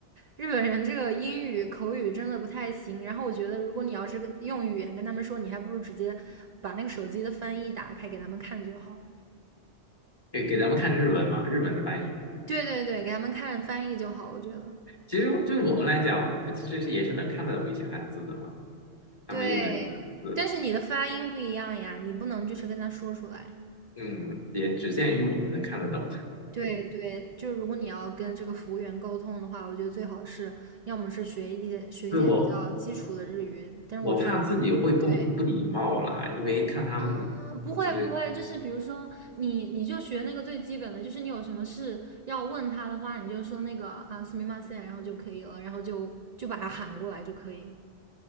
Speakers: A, on the right; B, on the left.
A: 日本人这个英语口语真的不太行。然后我觉得，如果你要是跟用语言跟他们说，你还不如直接把那个手机的翻译打开给他们看就好。
B: 给给咱们看日文嘛，日文的翻译嘛。
A: 对对对，给他们看翻译就好，我觉得。
B: 其实对我们来讲，我们其实是也是能看得懂一些汉字的嘛，他们用的日本字，
A: 对，但是你的发音不一样呀，你不能就是跟他说出来。
B: 嗯，也只限于我们能看得懂。
A: 对对，就是如果你要跟这个服务员沟通的话，我觉得最好是要么是学一点学一些比较基础的日语，
B: 对我，
A: 但是我觉得
B: 我怕自己会不不礼貌啦，
A: 对。
B: 因为看他们的，
A: 啊，不会不会，
B: 其实
A: 就是比如说你你就学那个最基本的，就是你有什么事要问他的话，你就说那个啊すみません，然后就可以了，然后就就把他喊过来就可以，